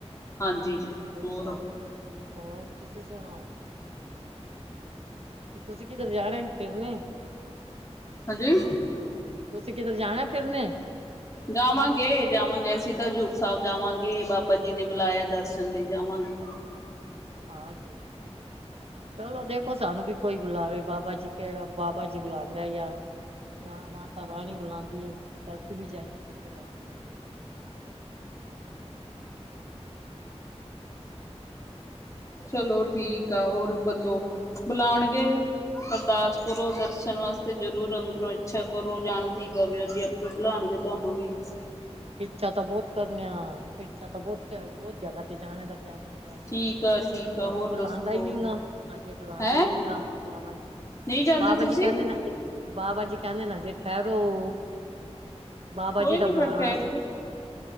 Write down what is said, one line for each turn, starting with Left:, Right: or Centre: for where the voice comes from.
Left: ਹਾਂਜੀ
Right: ਹਾਂ ਅਸੀ
Left: ਜੀ
Right: ਵੀ ਵਈ
Left: ਹੋਰ
Right: ਪਾਏ ਨੇ ਆ ਹੋਰ ਤੁਸੀ ਸੁਣਾਓ- ਕੀ ਤੁਸੀ ਕਿਤੇਰ ਜਾਣਾ ਫਿਰਨੇ
Left: ਹਾਂਜੀ-
Right: ਤੁਸੀ ਕਿਧਰ ਜਾਣਾ ਫਿਰਨੇ?
Left: ਜਾਵਾਂਗੇ- ਜਾਵਾਔਗੇ ਅਸੀ ਤਾਂ ਹਜ਼ੂਰ ਸਾਹਿਬ ਜਾਵਾਂਗੇ ਬਾਬਾ ਜੀ ਨੇ ਬੁਲਾਇਆ ਦਰਸ਼ਨ ਲਈ ਜਾਵਾਗੇ
Right: ਹਾਂ ਕੀ ਚਲੋ ਦੇਖੋ ਸਾਨੂੰ ਵੀ ਕੋਈ ਬੁਲਾਵੇ ਬਾਬਾ ਜੀ ਜੀ ਕਿ ਕਿਹੜਾ ਬਾਬਾ ਜੀ ਬੁਲਾਂਦਾ ਯਾ ਮਾਤਾ ਰਾਣੀ ਬੁਲਾਉਦੀ‌ ਏ- ਅਸੀਂ ਵੀ ਜਾਈਏ ਕਿਥੇ ਤਾਂ-
Left: ਚਲੋ ਠੀਕ ਆ ਹੋਰ ਬੋਲੋ ਬੁਲਾਉਣਗੇ ਅਰਦਾਸ ਕਰੋ ਦਰਸ਼ਨ ਵਾਸਤੇ ਜ਼ਰੂਰ ਅੰਦਰੋਂ ਇਛਾ ਕਰੋ ਜਾਣਦੀ ਬਾਬਾ ਜੀ ਆਪੇ ਬੁਲਾਉਣ ਜੇ ਤੁਹਾਨੂੰ ਵੀ-
Right: ਇਛਾ ਤਾਂ ਬਹੁਤ ਕਰਨ ਆ ਇਛਾ ਤਾਂ ਬਹੁਤ- ਬਹੁਤ ਜਗਾ ਤੇ ਜਾਣੇ ਦਾ ਕਹਿਣਾ ਜਹੀਏ-
Left: ਠੀਕ ਆ ਠੀਕ ਆ
Right: ਪਰ
Left: ਹੋਰ
Right: ਉਹ ਬੁਲਾਉਦਾ
Left: ਦੱਸੋ
Right: ਨੀ ਗਾ ਅਜੇ ਬੁਲਾਉਦਾ
Left: ਹੈਂ
Right: ਈ ਨੀ ਗਾ ਬਾਬਾ ਜੀ
Left: ਨਹੀਂ ਜਾਂਦੇ
Right: ਬਾਬਾ
Left: ਤੁਸੀਂ
Right: ਜੀ ਕਹਿਦੇ ਨਾ ਜੇ ਬਾਬਾ ਜੀ ਕਹਿਦੇ ਨਾ ਜੇ ਠਹਿਰੋ ਬਾਬਾ
Left: ਕੋਈ
Right: ਜੀ ਦਾ
Left: ਨੀ
Right: ਬੁਲਾਣਾ-
Left: ਫਿਰ ਠਹਿਰ ਕੇ